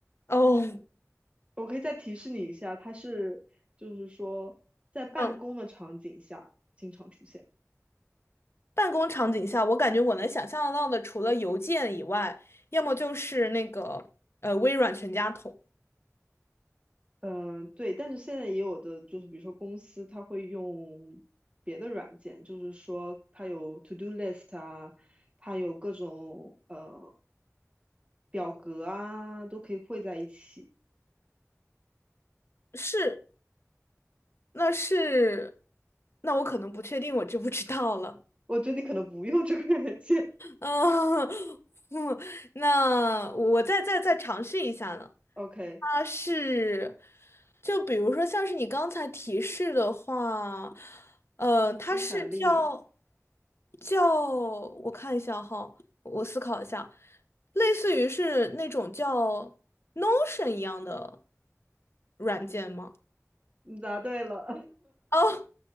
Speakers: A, on the left (about 50°); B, on the right (about 25°).
A: 哦，
B: 我可以再提示你一下，它是就是说在办公的场景下经常出现。
A: 嗯，办公场景下，我感觉我能想象得到的，除了邮件以外，要么就是那个呃微软全家桶，
B: 嗯，对，但是现在也有的就是，比如说公司它会用别的软件，就是说它有 to do list 啊，它有各种呃表格啊，都可以汇在一起。
A: 是，那是，那我可能不确定，我知不知道了。
B: 我觉得你可能不用这个软件。
A: 嗯，<laughs> 那我再再再尝试一下呢。
B: <laughs> OK，
A: 它是，就比如说像是你刚才提示的话，呃，它是叫
B: 生产力，
A: 叫，我看一下哈，我思考一下，类似于是那种叫 Notion 一样的软件吗？
B: 你答对了，
A: 哦，